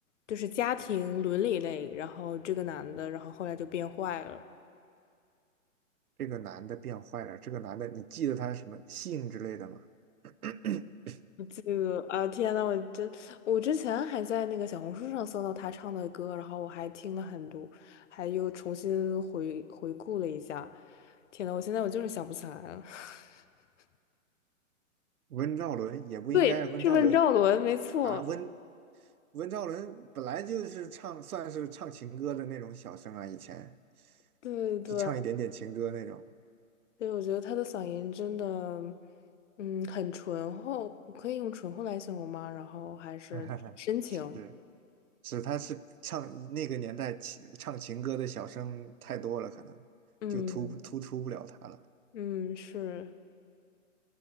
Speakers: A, on the left; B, on the right.
A: 就是家庭伦理类，然后这个男的，然后后来就变坏了。
B: 这个男的变坏了，这个男的你记得他什么姓之类的吗？<coughs> <clears throat>
A: 这个啊，天呐，我真，我之前还在那个小红书上搜到他唱的歌，然后我还听了很多，还又重新回回顾了一下。天呐，我现在我就是想不起来了。<laughs>
B: 温兆伦也不应该，
A: 对，
B: 温兆伦
A: 是问赵伦，没错。
B: 啊，温温兆伦本来就是唱算是唱情歌的那种小生啊，以前。
A: 对对
B: 就唱一点点情歌那种。
A: 对，我觉得他的嗓音真的，嗯，很醇厚，可以用醇厚来形容吗？然后还是深情，
B: <laughs> 是是，他是唱那个年代情唱情歌的小生太多了，可能就突突出不了他了。
A: 嗯嗯，是，